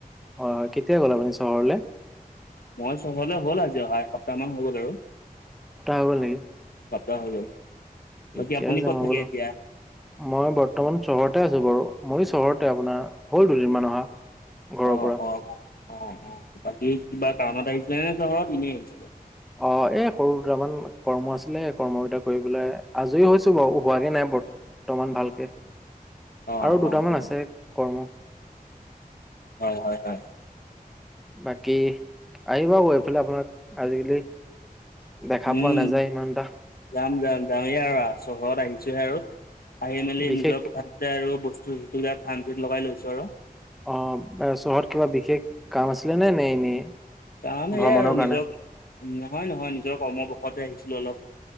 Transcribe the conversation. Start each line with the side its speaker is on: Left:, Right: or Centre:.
Centre: হয়- হয় কেতিয়া গ'ল আপুনি চহৰলে।
Left: মই চহৰলে হ'ল আজি অহা এসপ্তাহ মান হৈ গ'ল আৰু। এসপ্তাহ
Centre: হৈ গ'ল নেকি?
Left: হৈগ'ল
Centre: ঠিকে
Left: বাকী আপোনি
Centre: আছে
Left: ক'ত
Centre: মই
Left: থাকে
Centre: বোলো
Left: এতিয়া।
Centre: মই বৰ্তমান চহৰতে আছো বাৰু মই চহৰতে আপোনাৰ হ'ল দুদিনমান অহা। ঘৰৰ
Left: অ'
Centre: পৰা।
Left: অ' অ' অ' বাকী কিবা কাৰণত আহিছিলে নে চহৰত এনেই আহিছিলে
Centre: অ' এই সৰু দুটামান কৰ্ম আছিলে কৰ্মকেইটা কৰিব পেলাই আজৰি হৈছো বাৰু হোৱাগে নাই বৰ। দুটামান ভালকে
Left: অ'
Centre: আৰু দুটামান
Left: অ' অ'
Centre: আছে কৰ্ম।
Left: হয়- হয়- হয়।
Centre: বাকী আহিব আকৌ এইফালে আপোনাক আজিকালি। দেখা
Left: উম।
Centre: পোৱা নাযায় ইমান এটা।
Left: যাম -যাম যামেই আৰু চহৰত আহিছোহে আৰু আহি মেলি
Centre: বিশেষ
Left: নিজৰ কথা পা আৰু বস্তু- চস্তুবিলাক থান ঠিক লগাই লৈছো আৰু।
Centre: অ' চহৰত কিবা বিশেষ কাম আছিলে নে নে এনেই।
Left: কাম
Centre: ভ্ৰমণৰ
Left: এইয়া আৰু
Centre: কাৰণে?
Left: নিজৰ নহয়- নহয় নিজৰ কৰ্মবশতে আহিছিলো অলপ।